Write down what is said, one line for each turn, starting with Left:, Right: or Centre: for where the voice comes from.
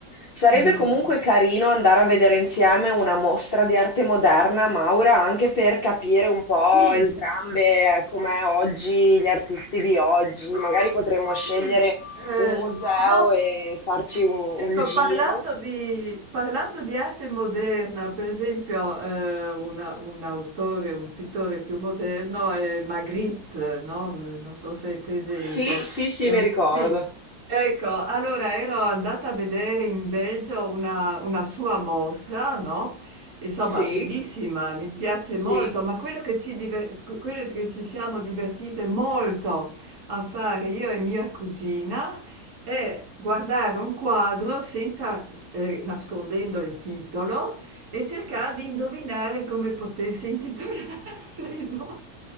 Left: Sarebbe
Right: Mm,
Left: comunque
Right: mm. mm.
Left: carino andare a vedere insieme una mostra di arte moderna, Maura, anche per capire un po'
Right: Sì,
Left: entrambe eh, com'è oggi, gli artisti di oggi. Magari potremmo scegliere
Right: Sì, eh,
Left: un museo
Right: no,
Left: e farci un, un
Right: ecco,
Left: giro.
Right: parlando di, parlando di arte moderna, per esempio, eh, una- un autore, un pittore più moderno è Magritte, no? Non so se è presente.
Left: Sì, sì, sì,
Right: È
Left: mi
Right: un-
Left: ricordo.
Right: sì. Ecco, allora ero andata a vedere in Belgio una, una sua mostra, no? Insomma,
Left: Sì,
Right: bellissima, mi piace
Left: sì.
Right: molto, ma quello che ci, diver- quello che ci siamo divertite molto a fare io e mia cugina è guardare un quadro senza, s- eh, nascondendo il titolo e cercare di indovinare come potesse intitolarsi, <laughs> no?